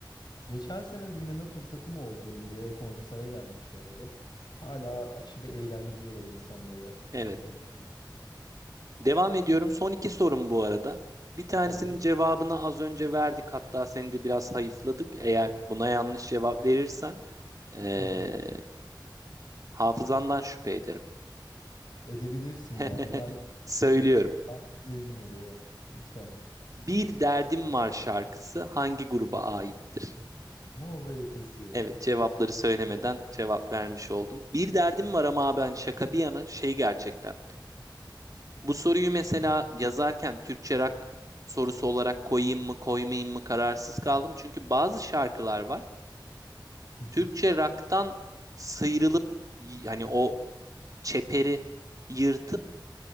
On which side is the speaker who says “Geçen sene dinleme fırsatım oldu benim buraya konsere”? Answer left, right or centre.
Left